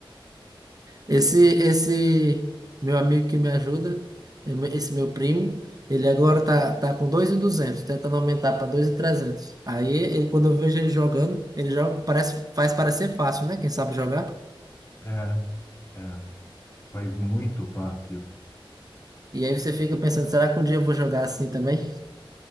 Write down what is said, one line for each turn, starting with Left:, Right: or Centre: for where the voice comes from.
Right: Esse, esse meu amigo que me ajuda, esse meu primo, ele agora tá, tá com 2.200 tentando aumentar para dois mil e trezentos Aí, ele, quando eu vejo ele jogando, ele joga, parece, faz parecer fácil, né? Quem sabe jogar.
Left: é, é. Faz muito fácil.
Right: E aí você fica pensando, será que um dia eu vou jogar assim também?